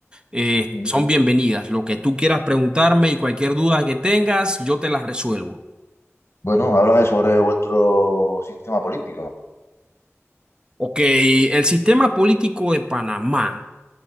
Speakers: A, on the right; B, on the left.
A: eh,
B: sí. Ujú.
A: son bienvenidas. Lo que tú quieras preguntarme y cualquier duda que tengas, yo te las resuelvo.
B: Bueno, háblame sobre vuestro sistema político.
A: Ok, el sistema político de Panamá.